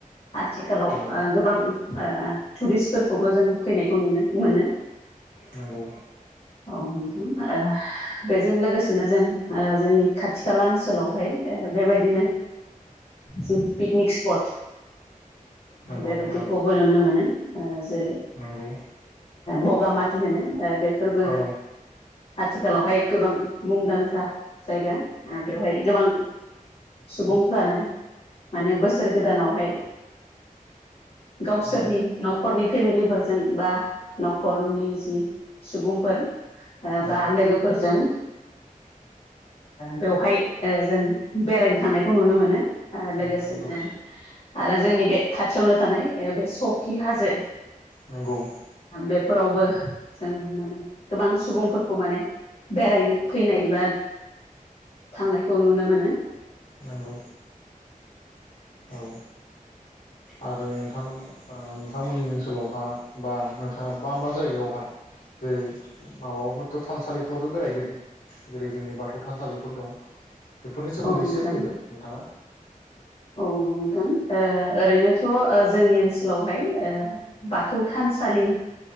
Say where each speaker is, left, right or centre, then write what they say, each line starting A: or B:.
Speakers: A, on the left; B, on the left.
A: आथिखालाव
B: नंगौ
A: गोबां टुरिस्टफोरखौबो जों फैनायखौ नुनो मोनो
B: नंगौ
A: औ बेजों लोगोसेनो जों जोंनि खाथि खाला ओनसो सोलावहाय बेबायदिनो ज पिकनिक स्पट
B: नंगौ
A: बेबायदिखौबो
B: नोंथां
A: नुनो मोनो जेरै
B: नंगौ
A: बगामाथि होनो बेफोरबो
B: औ
A: आथिखालावहाय गोबां मुंदांखा जायगा बेवहाय गोबां सुबुंफ्रानो माने बोसोर गोदानावहाय गावसोरनि
B: नंगौ
A: न'खरनि फेमिलिफोरजों बा न'खरनि जि सुबुंफोर
B: नंगौ
A: बा लोगोफोरजों बेवहाय जों बेरायनो थांनायखौ नुनो मोनो। लोगोसेनो
B: नंगौ नोंथां
A: आरो जोंनि बे खाथियावनो थानाय बे सखि हाजो
B: नंगौ
A: बेफोरावबो जों माने गोबां सुबुंफोरखौ माने बेराय फैनाय एबा थांनायखौ नुनो मोनो।
B: नंगौ औ। आरो नोंथां नोंथांमोननि ओनसोलावहा बा नोंथाङा मा मा जायगायावहा जेरै माबाफोरथ' थानसालिफ्रावथ' बेरायदों। जेरै जोंनि बाथौ थानसालिफोर दं बेफोरनि सोमोन्दै
A: औ नोंथां
B: ससे बुंदों नोंथाङा।
A: औ नोंथां ओरैनोथ' जोंनि ओनसोलावहाय ओ बाथौ थानसालि